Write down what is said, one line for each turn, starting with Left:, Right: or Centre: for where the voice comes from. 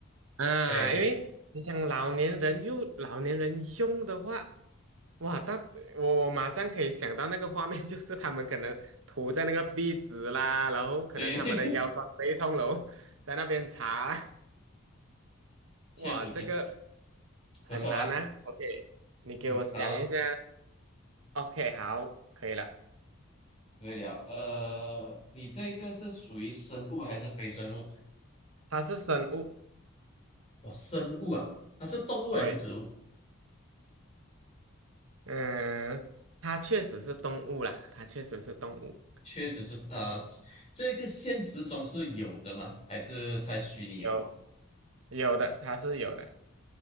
Right: 啊，
Left: 可以可以，
Right: 因为你想老年人又老年人用的话，哇，那我我马上可以想到那个画面，就是他们可能涂在那个壁纸啦，然后可能他们的腰酸背痛喽，
Left: <laughs> 对对对，
Right: 在那边擦啦，
Left: 确实确实
Right: 哇，这个。很难啊。
Left: 不错啊，
Right: OK，你给我想一下。
Left: 嗯，然后
Right: OK，好，可以了。
Left: 可以了，呃，你这个是属于生物还是非生物？
Right: 它是生物，
Left: 哇，生物啊，它是动物还是植物？
Right: 对，嗯，它确实是动物啦，它确实是动物，
Left: 确实是，呃，这个现实中是有的吗？还是在虚拟而已？
Right: 有有的，它是有的，